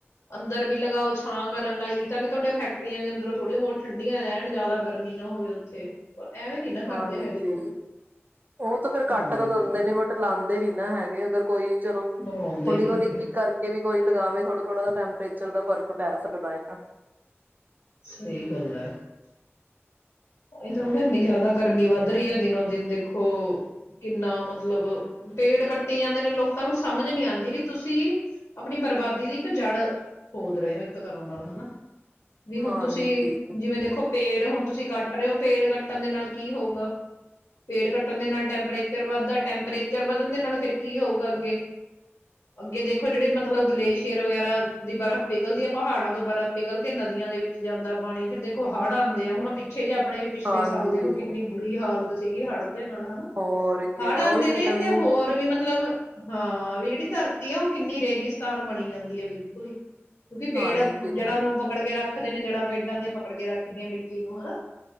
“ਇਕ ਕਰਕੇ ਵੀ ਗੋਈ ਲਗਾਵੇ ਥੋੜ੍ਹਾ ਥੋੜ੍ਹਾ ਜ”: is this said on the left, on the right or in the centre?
Right